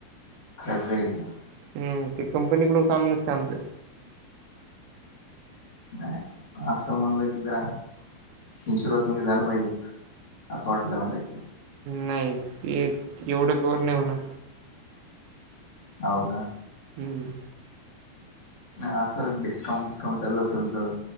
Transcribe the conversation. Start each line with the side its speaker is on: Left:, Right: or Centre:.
Left: खर्च येईल का?
Right: हम्म ते कंपनीकडून सामने <unintelligible>
Left: नाही असं म्हणलं की जरा इन्शुरस मधी झालं पाहिजेत. आस वाटल मला ऐकून
Right: नाही ते एवढं कव्हर नाही होणार.
Left: हो का?
Right: हम्म.
Left: नाही असं डिस्काउंट वििस्काउंट चालू असेल तर